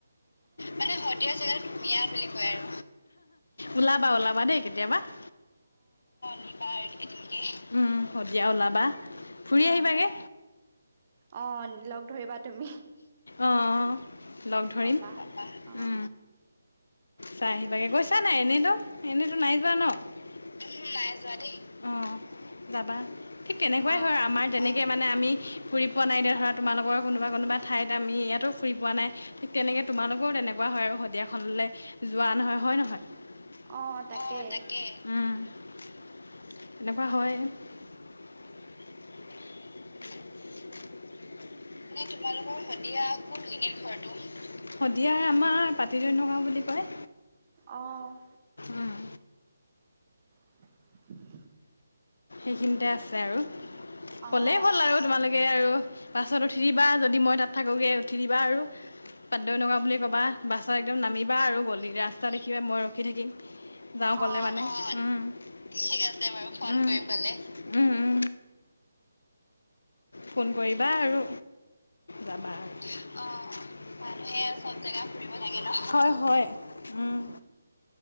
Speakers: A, on the left; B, on the right.
A: মানে শদিয়াৰ জেগাতো ধুনীয়া বুলি কয় আৰু। ওলাবা ওলাবা দেই কেতিয়াবা। অ', নিবা এদিনকে। উম, শদিয়া ওলাবা। ফুৰি
B: অ',
A: আহিবাগে।
B: অ', লগ ধৰিবা তুমি।
A: অ', অ', লগ ধৰিম।
B: ক'বা অ',
A: উ। চাই আহিবাগে গৈছা নাই এনেইতো, এনেইতো নাই যোৱা ন! উহু, নাই যোৱা দেই। অ', যাবা, ঠিক তেনেকুৱাই
B: অ',
A: হয়, আমাৰ যেনে কে মানে আমি ফুৰি পোৱা নাই এতিয়া ধৰা তোমালোকৰ কোনোবা কোনোবা ঠাইত আমি ইয়াতো ফুৰি পোৱা নাই, ঠিক তেনে কে তোমালোকৰও তেনেকুৱা হয় আৰু শদিয়াখনলৈ
B: অ',
A: যোৱা
B: তাকে।
A: নহয় হয় নহয়? অ', তাকে। উ। এনেকুৱা হয়ে। <inaudible> এনে তোমালোকৰ শদিয়া কোনখিনিত ঘৰটো? শদিয়া আমাৰ পাটিদৈ নগাঁও বুলি কয়।
B: অ'।
A: উম,
B: <inaudible>
A: সেইখিনিতে আছে আৰু।
B: অ',
A: কলেই হ'ল আৰু তোমালোকে আৰু। বাছত উঠি দিবা, যদি মই তাত থাকোগে উঠি দিবা আৰু। পাটদৈ নগাওঁ বুলি ক'বা, বাছত একদম নামিবা আৰু গলি ৰাস্তা দেখিবা মই ৰখি থাকিম। যাওঁ কলে
B: অ',
A: মানে। উ, ঠিক আছে বাৰু, উ, ফন কৰিম গ'লে। উ, উ। ফোন কৰিবা আৰু। যাবা আৰু। অ' মানুহে চব জেগা ফুৰিব লাগ ন? হয়, হয়। উম
B: উ।